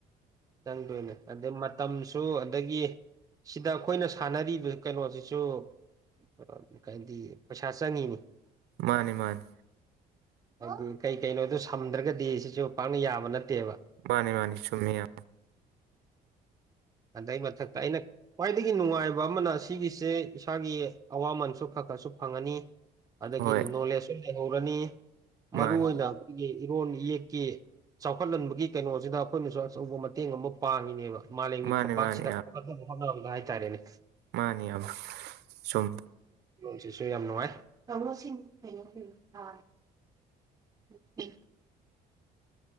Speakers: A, on the right; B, on the right.
A: ꯆꯪꯗꯣꯏꯅꯦ ꯑꯗꯩ ꯃꯇꯝꯁꯨ ꯑꯗꯥꯒꯤ ꯁꯤꯗ ꯑꯩꯈꯣꯏꯅ ꯁꯥꯟꯅꯔꯤꯕ ꯀꯩꯅꯣꯁꯤꯁꯨ ꯑꯥ ꯒꯥꯟꯙꯤ ꯄꯩꯁꯥ ꯆꯪꯉꯤꯅꯤ
B: ꯃꯥꯅꯤ ꯃꯥꯅꯤ
A: ꯑꯗꯨ ꯀꯩ ꯀꯩꯅꯣꯗꯣ ꯁꯝꯗ꯭ꯔꯒꯗꯤ ꯁꯤꯁꯨ ꯄꯥꯛꯅ ꯌꯥꯕ ꯅꯠꯇꯦꯕ
B: ꯃꯥꯅꯤ ꯃꯥꯅꯤ ꯆꯨꯝꯃꯤꯌꯥ
A: ꯑꯗꯩꯏ ꯃꯊꯥꯛꯇꯥ ꯑꯩꯅ ꯈ꯭ꯋꯥꯏꯗꯒꯤ ꯅꯨꯡꯉꯥꯏꯕ ꯑꯃꯅ ꯑꯁꯤꯒꯤꯁꯦ ꯏꯁꯥꯒꯤ ꯑꯋꯥꯃꯟꯁꯨ ꯈꯔ ꯈꯔꯁꯨ ꯐꯪꯉꯅꯤ ꯑꯗꯥꯒꯤ
B: ꯍꯣꯏ
A: ꯅꯣꯂꯦꯖꯁꯨ ꯂꯩꯍꯧꯔꯅꯤ
B: ꯃꯥꯅꯤ
A: ꯃꯔꯨ ꯑꯣꯏꯅ ꯑꯩꯈꯣꯏꯒꯤ ꯏꯔꯣꯟ ꯏꯌꯦꯛꯀꯤ ꯆꯥꯎꯈꯠꯍꯟꯕꯒꯤ ꯀꯩꯅꯣꯁꯤꯗ ꯑꯩꯈꯣꯏꯅꯁꯨ ꯑꯆꯧꯕ ꯃꯇꯦꯡ ꯑꯃ ꯄꯥꯡꯉꯤꯅꯦꯕ ꯃꯥꯂꯦꯝꯒꯤ
B: ꯃꯥꯅꯤ
A: ꯐꯝꯄꯥꯛꯁꯤꯗ
B: ꯃꯥꯅꯤ
A: ꯆꯥꯎꯈꯠꯅꯕ ꯍꯣꯠꯅꯕꯗ ꯍꯥꯢ ꯇꯔꯦꯅꯦ
B: ꯃꯥꯅꯦ ꯏꯤꯌꯥꯝꯕ ꯁꯨꯝ
A: ꯅꯦꯜꯁꯤꯁꯨ ꯌꯥꯝ ꯅꯨꯡꯉꯥꯏ <unintelligible>